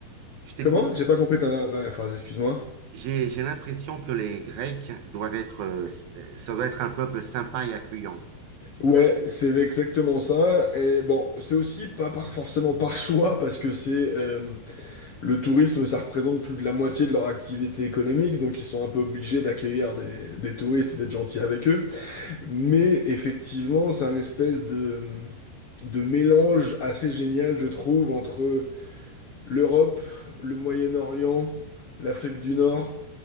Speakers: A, on the right (about 70°); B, on the left (about 60°).
A: Je t'écoute?
B: Comment? J'ai pas compris ta ta- ta phrase, excuse-moi.
A: J'ai, j'ai l'impression que les Grecs doivent être, euh, ça doit être un peuple sympa et accueillant.
B: Ouais, c'est exactement ça. Et bon, c'est aussi pas par, forcément par choix, parce que c'est euh, le tourisme, ça représente plus de la moitié de leur activité économique, donc ils sont un peu obligés d'accueillir des, des touristes et d'être gentils avec eux. Mais effectivement, c'est un espèce de, de mélange assez génial, je trouve, entre l'Europe, le Moyen-Orient, l'Afrique du Nord